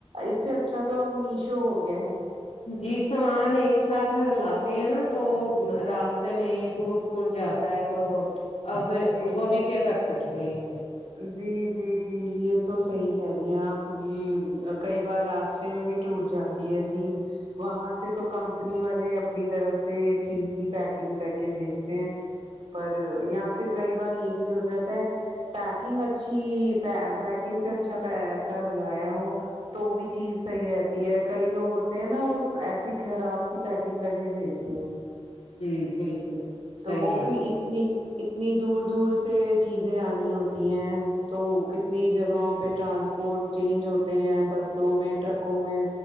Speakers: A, on the right; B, on the left.
A: اس سے اچھا تو اب میشو ہو گیا ہے
B: جی سامان ایک ساتھ لاتے ہیں نا تو راستے میں ٹوٹ پوٹ جاتا ہے تو اب
A: جی
B: وہ بھی کیا کر سکتے ہیں اس میں
A: جی جی جی یہ تو صحی کہہ رہی ہیں آپ یہ کئی بار راستے میں بھی ٹوٹ جاتی ہے چیز وہاں سے تو کمپنی والے اپنی طرف سے ٹھیک ہی پیکنگ کر کے بھیجتے ہیں پر یا پھر کئی بار یہ بھی ہو جاتا ہے پیکنگ اچھی پ پیکنگ پ اچھا پیسا لگایا ہو تو وہ بھی چیز صحیح رہتی ہے کئی لوگ ہوتے ہیں نا وہ ایسی خراب سی پیکنگ کر کے بھیجتے
B: جی بالکل
A: تو
B: صحیح
A: وہ
B: بات
A: پھر اتنی اتنی دور دور سے چیزیں آنی ہوتی ہیں تو کتنی جگہوں پہ ٹرانسپورٹ چینج ہوتے ہیں بسوں میں ٹرکوں میں